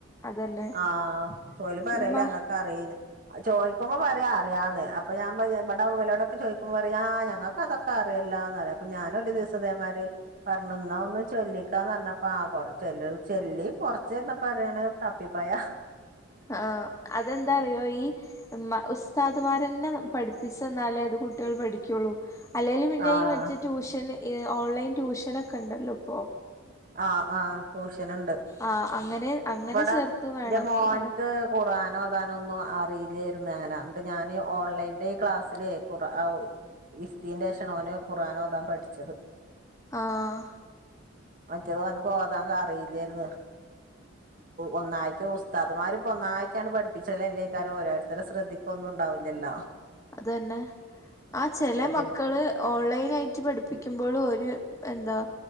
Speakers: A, on the left; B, on the right.
A: അതന്നെ
B: ആഹ ഓല് പറയലേ
A: ഈ മ
B: അങ്ങക്ക് അറി ചോ ചുമ്പോ പറയാ അറിയാന്ന് അപ്പൊ ഞാൻ ഇവിട ബളോടൊക്കെ ചോദുമ്പോ അറിയ ഞൾക്ക അതൊക്കെ അറിയില്ലാന്ന് പറയാ അപ്പ ഞാന ഒരു ദിവസേ പറഞ്ഞു ന്നാ ഒന്ന് ചൊല്ലിക്കന്ന് പറഞ്ഞപ്പോ ചൊല്ലി <unintelligible> ച്ചേ എന്നാ പറയാണ് കപ്പിപ്പായ
A: ആഹ് അതെന്താ ഈ ഉസ്താദ്മാരന്നെ പഠിപ്പിച്ചുന്നാലേ അത് കുട്ടികൾ പഠിക്കുള്ളൂ അല്ലേങ്കല് പിന്നെ
B: ആഹ്
A: ഈ മറ്റേ ട്യൂഷൻ ഓൺലൈൻ ട്യൂഷന ഒക്കെ ഉണ്ടല്ലോ ഇപ്പോ
B: ആ ആഹ് റോഷ് ങ്ങനെണ്ട്
A: ആഹ് അങ്ങനെ അങ്ങനെ
B: വടെ
A: ചേർത്തും വേണം
B: ന്റെ മോൻക്ക്
A: അങ്ങനെ
B: ഖുറാനോ നൊന്നും അറീലേർന്നുഅങ്ങനെ ന്നിട്ട് ഞാന് ഓൺലൈൻന്റെ ഈ ക്ലാസ്സില് ഖുറാ ഇര്തീൻ്റേഷാണ് ഓന് ഖുറാനോതാൻ പഠിച്ചത്
A: ആഹ്
B: മറ്റേത് ഓന്ക് ഓതാൻ അറീലേർന്ന് ഒന്നായിട്ട് ഉസ്താദമാര്പ്പോ ഒന്നായിട്ടാആൻഡ് പഠിപ്പിച്ചലല്ലേയ്കാരം ഓരോരുത്തരെ ശ്രദ്ധിക്കൊന്നും ഉണ്ടാവില്ലല്ല
A: അതന്നെ ആ ചെല മക്കള്
B: പിന്നെ
A: ഓൺലൈൻ ആയിട്ട് പഠിപ്പിക്കുമ്പോഴും ഒരു ഇ എന്താ